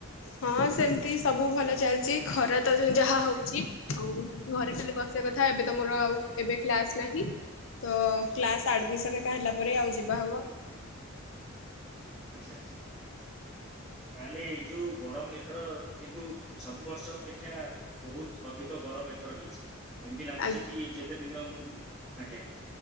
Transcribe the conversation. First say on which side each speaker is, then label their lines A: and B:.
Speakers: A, on the left; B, in the centre.
A: ହଁ ସେମିତି ସବୁ ଭଲ ଚାଲିଛି ଖରା ତ ଯାହା ହୋଉଛି ଆଉ। ଘରେ ଖାଲି ବସିବା କଥା ଏବେ ମୋର ଆଉ ଏବେ କ୍ଲାସ୍। ନାହିଁକି ତ କ୍ଲାସ୍ ଆଡ଼ମିସନ୍ ଏକା ହେଲା ପରେ ଆଉ ଯିବା ହବ।
B: ଆଚ୍ଛା ଆଚ୍ଛା। ତାହେଲେ ଏଇ ଯୋଉ ଗରମ୍ ଏଥର କିନ୍ତୁ ସବୁ ବର୍ଷ ଅପେକ୍ଷା ବୋହୁତ୍ ଅଧିକ ଗରମ୍ ଏଥର ହେଇଛି, ଏମିତି ଲାଗୁଛି
A: ଆ
B: କି ଯେତେ ଦିନ ମୁଁ ଆଜ୍ଞା।